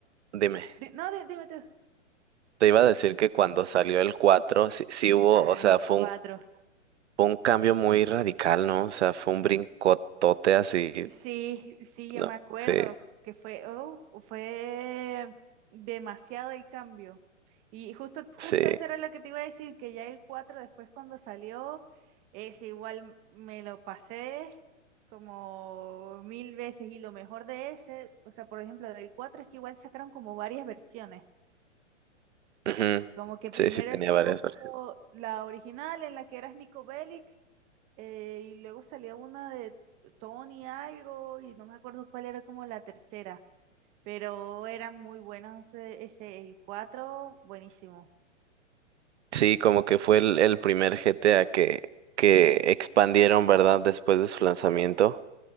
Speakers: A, on the right; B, on the right.
A: dime,
B: di- no, di- dime tú.
A: te iba a decir que cuando salió el 4 sí, sí hubo,
B: Ay,
A: o sea, fue
B: cuatro.
A: un, fue un cambio muy radical, ¿no? O sea, fue un brincotote así,
B: Sí, sí, yo
A: ¿no?
B: me acuerdo
A: Sí,
B: que fue, oh, fue demasiado el cambio. Y justo,
A: sí,
B: justo eso era lo que te iba a decir, que ya el 4 después cuando salió, es igual me lo pasé como mil veces y lo mejor de ese, o sea, por ejemplo, del 4 es que igual sacaron como varias versiones,
A: ujú,
B: como que primero
A: Sí, sí tenía
B: estuvo
A: varias versiones.
B: la original en la que eras Nico Bellic eh, y luego salía una de Tony algo y no me acuerdo cuál era como la tercera, pero eran muy buenos ese, ese el 4, buenísimo.
A: Sí, como que fue el, el primer GTA que, que expandieron, ¿verdad? Después de su lanzamiento.